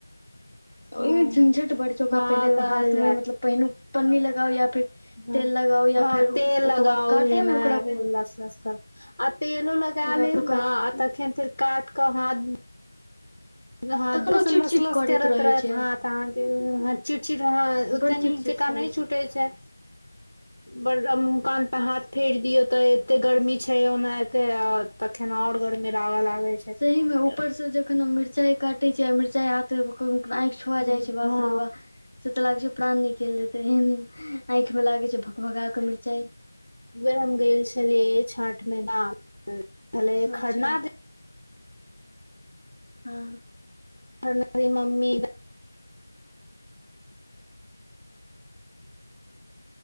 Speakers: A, on the left; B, on the left.
A: हँ
B: ओहिमे झंझट बड छै ओकरा
A: हँ
B: पहिले
A: कहल
B: हाथमे मतलब पहिने पन्नी लगाउ या फेर
A: ह
B: तेल लगाउ या
A: हँ
B: फेर
A: तेल
B: ओकर
A: लगाउ
B: बाद काटेमे
A: है न
B: ओकरा
A: लस आ तेलो लगा
B: ओकरा
A: लेब
B: फुकऽ
A: न आ तखन फेर काट क हाथ हाथों
B: तखनो
A: सब लस
B: चिट चिट
A: लस करैत
B: रहै
A: रहत
B: छै
A: हाथ तऽ अहाँके चिटचिट हं
B: बड़
A: ते नीक
B: चिट चिट
A: जेकाँ
B: करै
A: नहि छुटे छै बड आ मुंह कान पे हाथ फेर दियऔ तऽ एते गर्मी छै ओनाहिते और तखन और गरमी लागय लागै छै
B: सही
A: तऽ
B: में
A: की
B: ऊपर से जखन हम मिरचाई काटे छी आ मिरचाई हाथे कखनो कखनो आंखि छुआ
A: करबै
B: जाइ छै बाप
A: हँ
B: रे बा से तऽ लागै छै प्राण निकेल देते हीं ह्ह आँखि मे लागे छै भकभका क मिरचाई
A: उ बेर हम गेल छलियै छठ मे गाम छलै
B: अच्छा
A: खरना दिन
B: हँ
A: <unintelligible> मम्मी